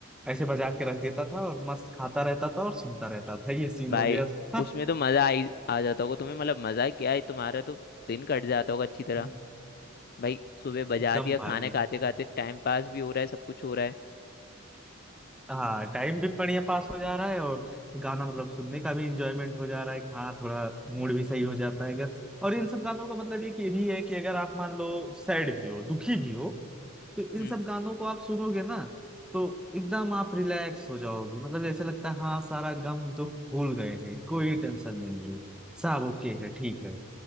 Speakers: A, in the centre; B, on the left.
A: ऐसे बजा के रख देता था और मस्त खाता रहता था और सुनता रहता था ये सीन
B: भाई
A: हो गया था
B: उसमें तो मजा आई आ जाता होगा तुम्हें मतलब मजा क्या है तुम्हारा तो दिन कट जाता होगा अच्छी तरह
A: <laughs>
B: भाई सुबह बजा
A: एकदम
B: दिया
A: भाई
B: खाने खाते खाते टाइम पास भी हो रहा है सब कुछ हो रहा है
A: हाँ टाइम भी बढ़िया पास हो जा रहा है और गाना मतलब सुनने का भी इंजॉयमेंट हो जा रहा है हाँ थोड़ा मूड भी सही हो जाता है अगर और इन सब गानों का मतलब ये कि ये भी है कि अगर आप मान लो सैड भी हो दुखी भी हो तो इन
B: हम्म
A: सब गानों को आप सुनोगे ना तो एकदम आप रिलैक्स हो जाओगे मतलब ऐसा लगता है हाँ सारा गम दुख भूल गए हैं कोई टेंशन नहीं है सब ओके है ठीक है